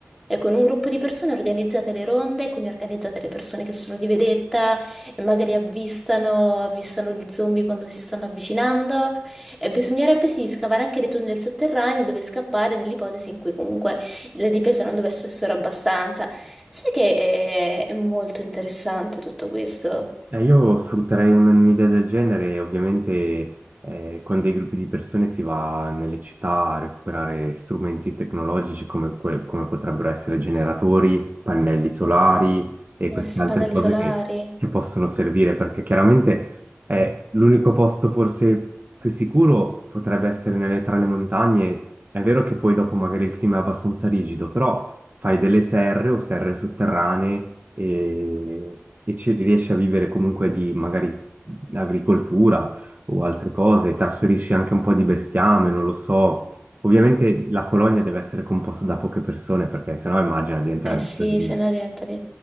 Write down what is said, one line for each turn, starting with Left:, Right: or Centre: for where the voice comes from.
Centre: e con un gruppo di persone organizzate le ronde, quindi organizzate le persone che sono di vedetta e magari avvistano, avvistano gli zombie quando si stanno avvicinando. E bisognerebbe sì scavare anche dei tunnel sotterranei dove scappare nell'ipotesi in cui comunque le difese non dovessero essere abbastanza. Sai che è, è molto interessante tutto questo?
Right: Eh, io sfrutterei un- un'idea del genere e ovviamente eh, con dei gruppi di persone si va nelle città a recuperare strumenti tecnologici come, que- come potrebbero essere generatori, pannelli solari e
Centre: Eh
Right: queste
Centre: sì,
Right: altre
Centre: pannelli
Right: cose
Centre: solari.
Right: che, che possono servire perché chiaramente eh, l'unico posto forse più sicuro potrebbe essere nelle- tra le montagne. È vero che poi dopo magari il clima è abbastanza rigido, però fai delle serre o serre sotterranee e, e ci riesci a vivere comunque di magari agricoltura o altre cose, trasferisci anche un po' di bestiame, non lo so. Ovviamente la colonia deve essere composta da poche persone perché sennò immagina diventerebbe
Centre: Eh sì,
Right: un casino.
Centre: se no diventa di...